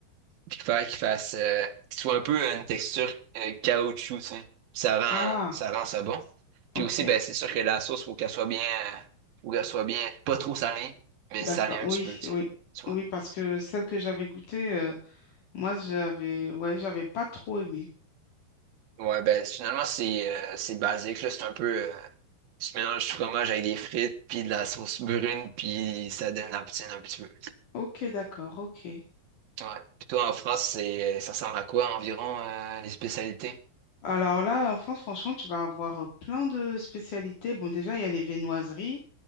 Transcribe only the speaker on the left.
Ah,
ok,
d'accord.
Oui,
oui.
Oui,
parce que celle que j'avais goûtée, euh, moi, j'avais, ouais, j'avais pas trop aimé.
Ok, d'accord, ok.
Alors là, en France, franchement, tu vas avoir euh, plein de spécialités. Bon, déjà, il y a les viennoiseries,